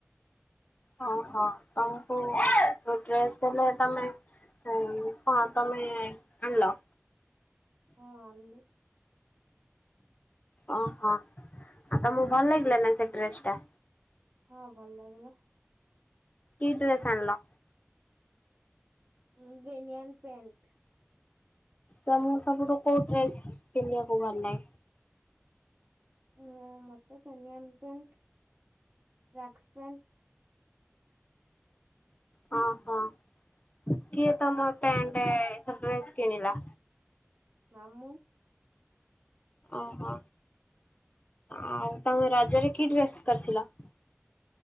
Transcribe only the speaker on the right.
ହଁ ଆଣିଲି।
ହଁ ଭଲ ଲାଗିଲା।
ଏଇ ବେନିଅନ୍ ପେଣ୍ଟ।
ଉ ମତେ ବେନିଆନ୍ ପ୍ୟାଣ୍ଟ, ଟ୍ରାକ୍କ୍ସ୍ ପ୍ୟାଣ୍ଟ
ମାମୁଁ।